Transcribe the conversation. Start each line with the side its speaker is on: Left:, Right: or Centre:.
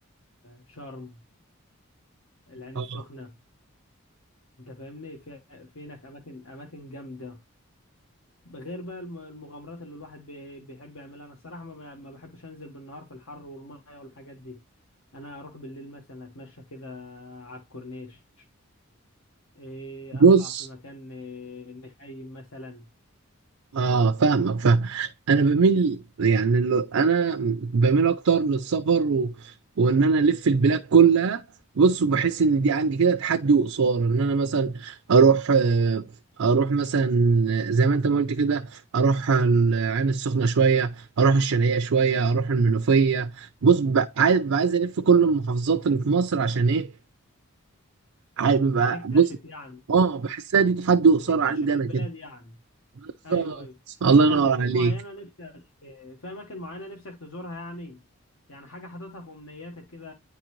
Left: شرم العين
Right: اه
Left: السخنة انت فاهمني في في هناك اماكن اماكن جامدة غير بقى الم- المغامرات اللي الواحد بي- بيحب يعملها انا الصراحه ما ب- ما بحبش انزل بالنهار في الحر والميه والحاجات دي انا اروح بالليل مثلا اتمشى كده على الكورنيش إيه،
Right: بص
Left: اطلع في مكان إيه، نخيم مثلا
Right: اه فاهمك فاهم انا بميل يعني اللي انا بميل اكتر للسفر و... وان انا الف البلاد كلها بص وبحس ان دي عندي كده تحدي وقصار ان انا مثلا اروح آه، اروح مثلا زي ما انت ما قلت كده اروح العين السخنه شويه اروح الشرقيه شويه اروح المنوفيه بص ببقى عايز ببقى عايز الف كل
Left: مم.
Right: المحافظات اللي في مصر عشان ايه عايز ببقى
Left: بتكتشف
Right: بص
Left: يعني
Right: اه بحسها دي تحدي وقصار
Left: بتكتشف
Right: عندي
Left: البلاد
Right: انا كده
Left: يعني
Right: بالظبط
Left: ايوه ايوه
Right: الله
Left: طب في
Right: ينور
Left: اماكن
Right: عليك
Left: معينه نفسك إيه، في اماكن معينه نفسك تزورها يعني يعني حاجه حاططها في امنياتك كده